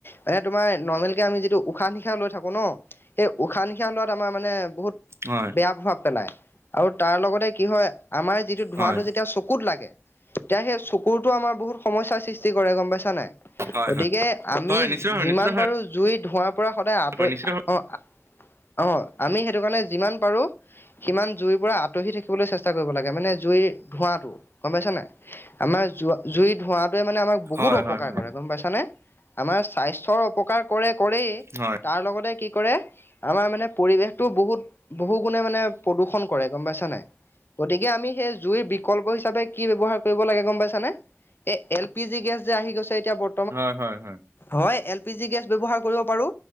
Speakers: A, on the left; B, on the right.
A: মানে তোমাৰ নৰ্মেলকে আমি যিটো উশাহ নিশাহও লৈ থাকো ন সেই উশাহ নিশাহ লোৱাত আমাৰ মানে বহুত
B: হয়,
A: বেয়া প্ৰভাৱ পেলায় আৰু তাৰ লগতে কি হয় আমাৰ যিটো ধোঁৱাটো
B: হয়,
A: যেতিয়া চকুত লাগে এতিয়া সেই চকুৰতো আমাৰ বহুত সমস্যাৰ সৃষ্টি কৰে গম পাইছা নাই
B: হয়,
A: গতিকে
B: হয়,
A: আমি
B: হয় নিশ্চিত ভাৱে
A: যিমান
B: নিশ্চিত ভাৱে
A: পাৰো জুই ধোঁৱাৰ পৰা সদায় আঁতৰি
B: হয় নিশ্চিত ভাৱে
A: অ আ অ আমি সেইটো কাৰণে যিমান পাৰো সিমান জুইৰ পৰা আঁতসি থাকিবলৈ চেষ্টা কৰিব লাগে মানে জুইৰ ধোঁৱাটো গম পাইছা নাই আমাৰ জোৱা জুই ধোঁৱাতোৱে মানে আমাক বহুত
B: হয়,
A: অপকাৰ
B: হয়,
A: কৰে গম পাইছানে আমাৰ স্বাস্থ্যৰ অপকাৰ কৰে কৰেই
B: হয়, হয়, হয়,
A: তাৰ লগতে কি কৰে আমাৰ মানে পৰিৱেশ, টো বহুত বহু গুণে মানে প্ৰদূষণ কৰে গম পাইছা নাই! গতিকে আমি সেই জুইৰ বিকল্প হিচাপে কি ব্যৱহাৰ কৰিব লাগে গম পাইছানে! এ এল পি জি গেছ যে আহি গৈছে এতিয়া বৰ?
B: হয় হয় হয়!
A: হয়, এল পি জি গেছ ব্যৱহাৰ কৰিব পাৰো